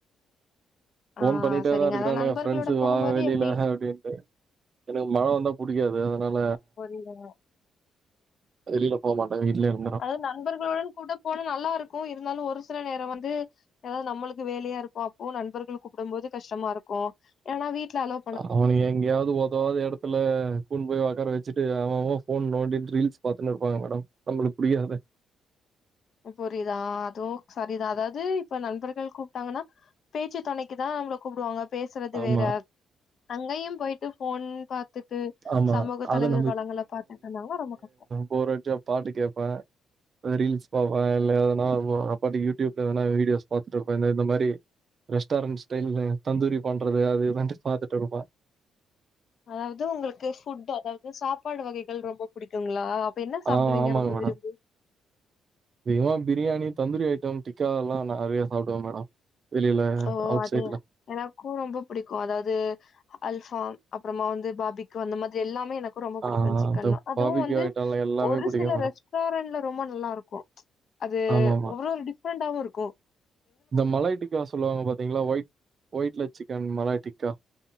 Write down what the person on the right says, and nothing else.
ஃபோன்
பண்ணிட்டே
தா இருக்றானுங்க
ஃப்ரெண்ட்ஸுங்க
வா வெளியில
அப்டின்ட்டு எனக்கு மழ வந்தா புடிக்காது அதுனால
வெளியில போமாட வீட்லே இருக்
அவுனுங்க எங்கயாவது ஒதவாத இடத் துல்ல கூன்டு போய் வொக்கார வச்சிட்டு அவ அவ ஃபோன் நோண்டிடு ரீல்ஸ் பாத்துன்னு இருப்பாங்க மேடம் நம்பள்கு புடிக்காத
ஆமா
ஆமா
அத
போறச்சே பாட்டு கேட்ப ரீல்ஸ் பாப்ப இல்ல எதனா ஆ பாட்டுக்கு யூடியூப்ல எதுனா வீடியோஸ் பாத்துட்டு இருப்பே இந்த இந்த மாரி ரெஸ்டாரன்ட் ஸ்டைல்ல தந்தூரி பண்றது அது இதுட்டு பாத்துட்டு இருப்ப
ஆ ஆமாங்க
மேடம்
அதிகமா பிரியாணி தந்தூரி ஐட்டம் டிக்கல்லா நெறைய சாப்டுவே மேடம் வெளில
அவுட்
சைட்ல
ஆ
அந்த
பாபிக்யூ
ஐட்டம்ல எல்லாமே
பிடிக்கும்
மேடம்.
ஆமாமா.
இந்தமலாய் டிக்கா சொல்லுவாங்க பாத்தீங்களா ஒயிட் ஒயிட்ல சிக்கன் மலாய் டிக்கா